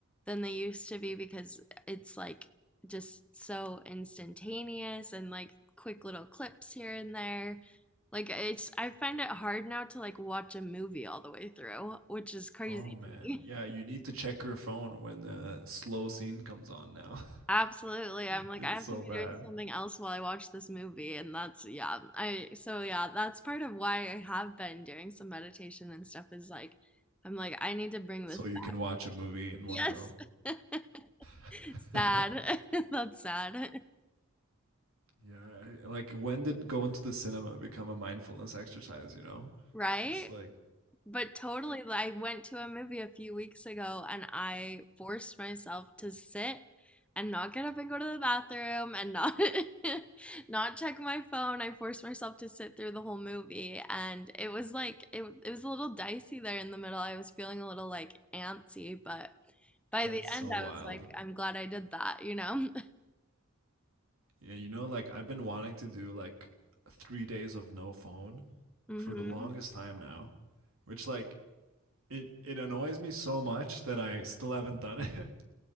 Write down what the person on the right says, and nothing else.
Oh man,
yeah,
you need to check your phone when the slow scene comes on now. <laughs>
It's
so
bad.
So
you can watch a movie in one
go.
<laughs>
Yeah, I- like when did going to the cinema become a mindfulness exercise, you know?
it's like
that's
so
wild.
Yeah, you know like I've been wanting to do like 3 days of no phone
for the longest time now, which like it it annoys me so much that I still haven't done it. <laughs>